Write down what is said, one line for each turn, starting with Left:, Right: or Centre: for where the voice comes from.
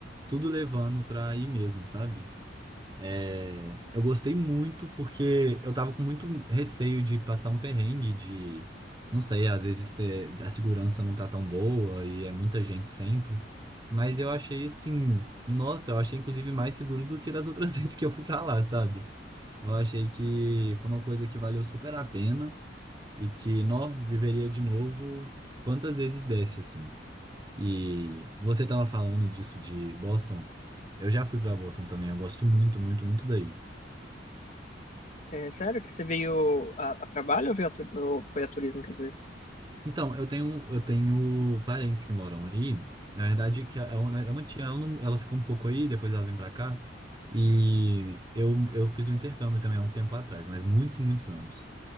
Right: tudo levando pra ir mesmo, sabe? É, eu gostei muito porque eu tava com muito receio de passar um perrengue, de, não sei, às vezes ter, a segurança não tá tão boa e é muita gente sempre, mas eu achei assim, nossa, eu achei inclusive mais seguro do que das outras <laughs> vezes que eu fui pra lá, sabe? Eu achei que foi uma coisa que valeu super a pena e que, nó, viveria de novo quantas vezes desse, assim. E você tava falando disso de Boston. Eu já fui pra Boston também, eu gosto muito, muito, muito daí.
Left: É, sério que você veio a, a trabalho ou veio a, tu- ou foi a turismo, quer dizer?
Right: Então, eu tenho, eu tenho parentes que moram aí. Na verdade, que é uma, é uma tia, ela, não, ela fica um pouco aí, depois ela vem pra cá. E eu, eu fiz um intercâmbio também há um tempo atrás, mas muitos e muitos anos.